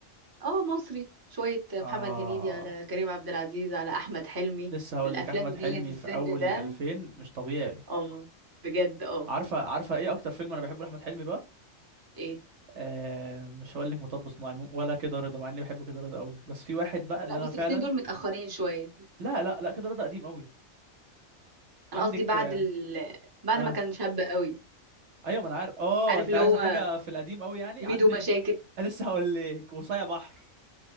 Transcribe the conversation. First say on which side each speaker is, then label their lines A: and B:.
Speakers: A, on the right; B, on the right.
A: اه مصري شوية محمد
B: اه
A: هنيدي على كريم عبد العزيز على أحمد حلمي
B: لسه هقول
A: الأفلام
B: لك احمد حلمي
A: ديت السن
B: في اول
A: ده
B: الالفين مش طبيعي
A: اه بجد اه
B: عارفه عارفه ايه اكتر فيلم انا بحبه لاحمد حلمي بقى
A: ايه
B: آه مش هقول لك مطب صناعي مو- ولا كده رضا مع اني بحب كده رضا قوي بس في واحد بقى اللي
A: لا بس
B: انا فعلا
A: الاتنين دول متأخرين شوية
B: لا لا لا كده رضا قديم قوي عندك
A: أنا قصدي بعد ال...
B: اه
A: بعد ما كان شاب قوي
B: ايوه ما انا عارف اه
A: عارف
B: انت
A: اللي
B: عايز
A: هو
B: حاجه في القديم قوي يعني
A: ميدو
B: عندك
A: مشاكل
B: انا لسه هقول لك وصايع بحر